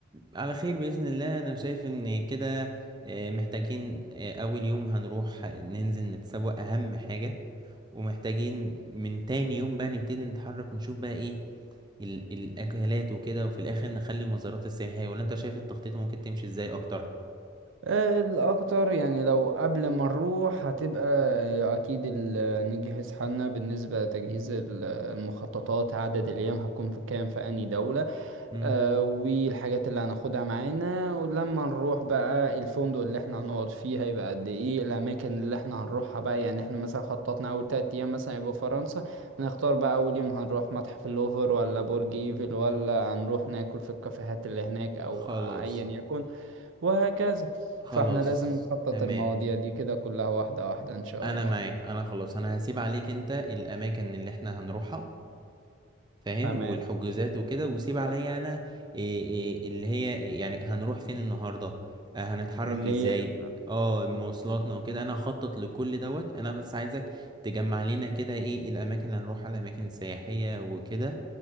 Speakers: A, on the right; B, on the right.
A: على خير بإذن الله انا شايف ان كده آه، محتاجين آه، اول يوم هنروح ننزل نتسوق اهم حاجة ومحتاجين من تاني يوم بقى نبتدي نتحرك نشوف بقى ايه ال- الاكلات وكده وفي الاخر نخلي مزارات السياحية ولا انت شايف التخطيط ممكن تمشي ازاي اكتر
B: آه، الاكتر يعني لو قبل ما نروح هتبقى آه، اكيد ال- نجهز حالنا بالنسبة لتجهيز ال- المخططات عدد الايام هتكون في كام في اني دولة
A: امم
B: آه، والحاجات اللي هناخدها معانا ولما نروح بقى الفندق اللي احنا هنقعد فيه هيبقى قد ايه الاماكن اللي احنا هنروحها بقى يعني احنا مثلا خططنا اول تلات ايام مثلا يبقوا في فرنسا هنختار بقى اول يوم هنروح متحف اللوفر ولا برج ايفل ولا هنروح ناكل في الكافيهات اللي هناك او
A: خلاص
B: ايا يكن وهكذا
A: خلاص
B: فاحنا لازم نخطط
A: تمام
B: المواضيع دي كده كلها واحدة واحدة ان شاء
A: انا
B: الله
A: معاك انا خلاص انا هسيب عليك انت الاماكن اللي احنا هنروحها فاهم
B: تمام
A: والحجوزات وكده وسيب عليا انا إيه إيه اللي هي إيه يعني هنروح فين النهارده آه هنتحرك
B: اللي
A: ازاي
B: هي
A: اه مواصلاتنا وكده انا هخطط لكل دوت انا بس عايزك تجمع لنا كده ايه الاماكن اللي هنروحها الاماكن السياحية وكده